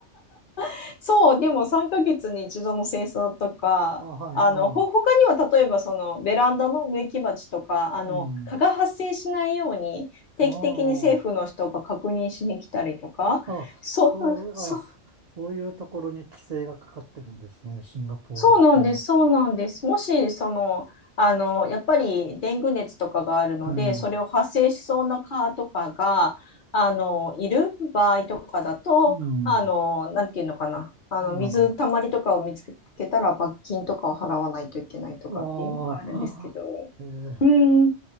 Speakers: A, on the left (about 55°); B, on the right (about 70°).
A: <laughs> そう、でも3ヶ月に一度の清掃とか、
B: あ、はい、
A: あの、
B: ああ、
A: ほ、他には例えばそのベランダの植木鉢とか、あの、
B: うん。
A: 蚊が発生しないように定期的に政府の人が確認しに来たりとか、
B: ああ、ああ、
A: そう、
B: そう、
A: そ、
B: あ、そそういうところに規制がかかってるんですね、シンガポールって。
A: そうなんです、そうなんです。もし、その、あの、やっぱりデング熱とかがあるので、
B: うん、
A: それを発生しそうな蚊とかが、あの、いる場合とかだと、
B: うん、
A: あの、なんていうのかな、あの、
B: なんか、
A: 水たまりとかを見つけたら罰金とかを払わないといけないとかっていうのがあるんですけど。
B: ああ、えー、
A: うん。で、